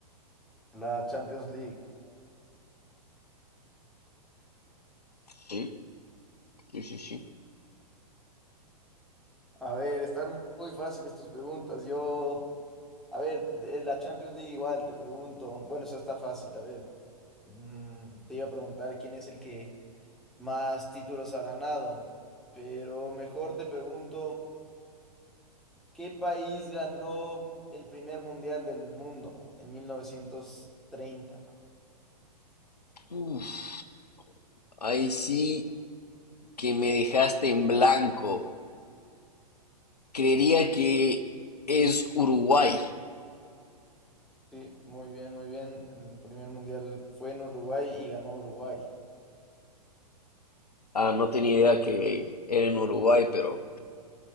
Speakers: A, in the centre; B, on the left.
A: La Champions League.
B: Sí, sí, sí, sí.
A: A ver, están muy fáciles tus preguntas. Yo, a ver, de la Champions League igual te pregunto. Bueno, eso está fácil. A ver, mm, te iba a preguntar quién es el que más títulos ha ganado, pero mejor te pregunto, ¿qué país ganó el primer mundial del mundo en mil novecientos treinta.
B: Uf, ahí sí que me dejaste en blanco. Creería que es Uruguay.
A: Sí, muy bien, muy bien. El primer mundial fue en Uruguay y ganó Uruguay.
B: Ah, no tenía idea que era en Uruguay, pero